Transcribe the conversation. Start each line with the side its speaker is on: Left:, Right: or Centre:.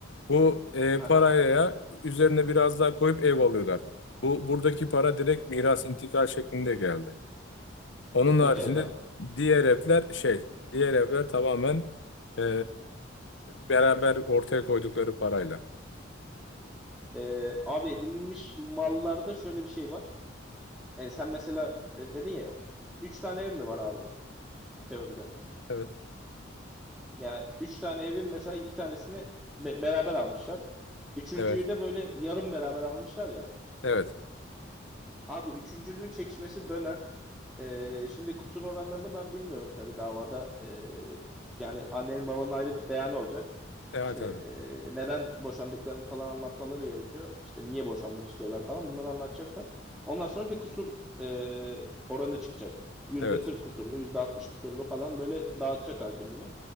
Left: Bu e,
Centre: Haha,
Left: paraya üzerine biraz daha koyup ev alıyorlar. Bu buradaki para direkt miras intikal şeklinde geldi. Onun haricinde
Centre: evet abi.
Left: diğer evler şey, diğer evler tamamen e, beraber ortaya koydukları parayla.
Centre: E, abi edinilmiş mallarda şöyle bir şey var. E, sen mesela e, dedin ya üç tane ev mi var abi teoride?
Left: Evet,
Centre: Yani üç tane evin mesela iki tanesini be- beraber almışlar. Üçüncüyü
Left: evet,
Centre: de böyle yarım beraber almışlar ya.
Left: evet.
Centre: Abi üçüncülünün çekişmesi döner. Ee, şimdi kusur oranlarını ben bilmiyorum tabii davada. Ee, yani annenin babanın ayrı bir beyanı olacak.
Left: Evet
Centre: İşte
Left: abi.
Centre: ee, neden boşandıklarını falan anlatmaları gerekiyor. İşte niye boşanmak istiyorlar falan bunları anlatacaklar. Ondan sonra bir kusur ee, oranı çıkacak. Yüzde
Left: Evet.
Centre: kırk kusurlu, yüzde 60 kusurlu falan böyle dağıtacak hakim bunu.